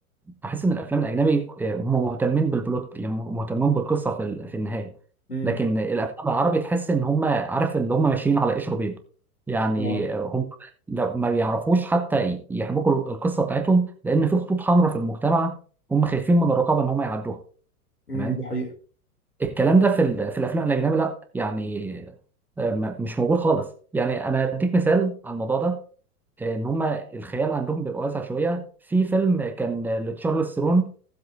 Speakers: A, in the centre; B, on the left.
A: بحس ان الافلام الاجنبي آه، هم مهتمين بالبلوت يعني مهتمين بالقصه في ال- في النهايه
B: امم
A: لكن الافلام العربي تحس ان هم عارف ان هم ماشيين على قشر بيض يعني
B: اه
A: هم لو ما بيعرفوش حتى يحبكوا القصه بتاعتهم لان في خطوط حمراء في المجتمع هم خايفين من الرقابه ان هم يعدوها
B: امم
A: تمام
B: دي حقيقه
A: الكلام ده في ال- في الافلام الاجنبي لا يعني آه، ما- مش موجود خالص يعني انا اديك مثال على الموضوع ده ان هم الخيال عندهم بيبقى واسع شويه في فيلم كان لتشارلز ثرون